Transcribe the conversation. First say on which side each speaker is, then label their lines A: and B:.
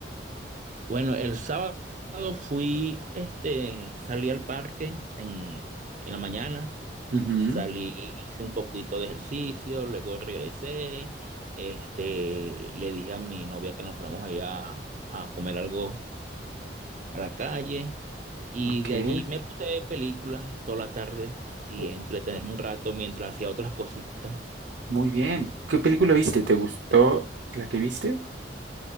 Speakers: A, on the right; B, on the right.
A: Bueno, el sábado fui, este, salí al parque en, en la mañana.
B: Ujú,
A: Salí, hice un poquito de ejercicio, luego regresé, este, le dije a mi novia que nos fuéramos allá a, a comer algo a la calle y
B: ok.
A: de allí me puse a ver películas toda la tarde y
B: Oh,
A: entretenerme un rato mientras hacía otras cositas.
B: Muy bien. ¿Qué película viste? ¿Te gustó la que viste?